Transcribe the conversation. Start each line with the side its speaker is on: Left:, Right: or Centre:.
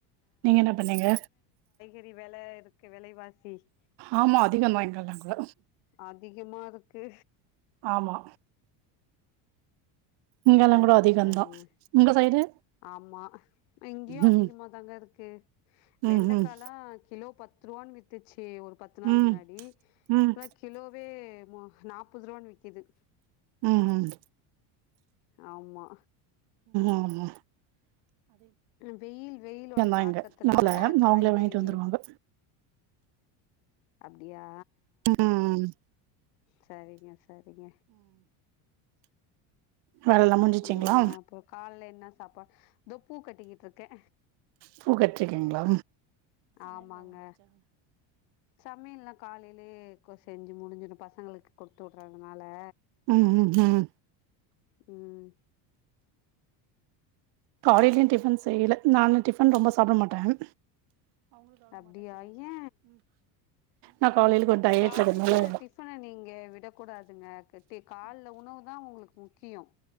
Right: நீங்க என்ன பண்ணீங்க
Left: எரி வேல இருக்கு வெலைவாசி சேஸ்
Right: ஆமா அதிகந்தா இங்கெல்லா கூட
Left: அதிகமா இருக்கு
Right: ஆமா இங்கெல்லா
Left: சரிங்க
Right: கூட அதிகந்தா
Left: சரிங்க
Right: உங்க சைடு
Left: ஆமா இங்கியு அதிகமா
Right: ம்
Left: தாங்க இருக்கு வெண்டக்கால்லா
Right: ம் ம்
Left: கிலோ பத் த்து ரூவான் வித்துச்சு ட்டு ஒரு பத்து நாள்
Right: ம்
Left: முன்னாடி
Right: ம்
Left: இப்ப கிலோவே மோ நாற்பது ரூவான்னு விக்குது
Right: உம் உம்
Left: ஆம்மா
Right: ஆம்மா
Left: வெயில் வெயிலோட
Right: அதிகந்தா
Left: தாக்கத்துனால
Right: இங்க நால
Left: காய்கறி
Right: அவங்களே வாங்கிட்டு வந்துருவாங்க
Left: அப்டியா
Right: உம்
Left: செரிங்க செரிங்க
Right: வேலல்லா முடிஞ்சிச்சிங்களா
Left: உம் அப்ப காலையில என்ன சாப்பாடு தோ பூ கட்டிக்கிட்டுயிருக்கே
Right: பூ கட்றீக்கீங்குளா
Left: ஆமாங்க சமையில்லா காலையிலயே கோ செஞ்சு முடிஞ்சுது பசங் களுக்கு கொடுத்து விடுறதுனால
Right: ம் ம் ம்
Left: உம்
Right: காலையில டிஃபன் செய்யில நானு டிஃபன் ரொம்ப சாப்புட மாட்டேன்
Left: அப்டியா ஏ
Right: நா காலையில கொஞ்ச டயட்ல
Left: காலையில
Right: இருக்கனால
Left: டிஃபன நீங்க விடக்கூடாதுங்க டீ கால்ல உணவுதா உங்குளுக் முக் கியோ